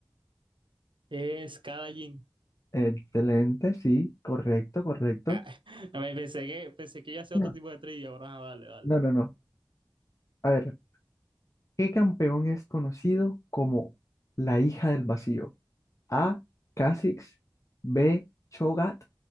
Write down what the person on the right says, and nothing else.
Es cada jean.
<laughs> A ver, pensé que, pensé que iba a ser
otro tipo de trivia, ahora ah, dale, dale.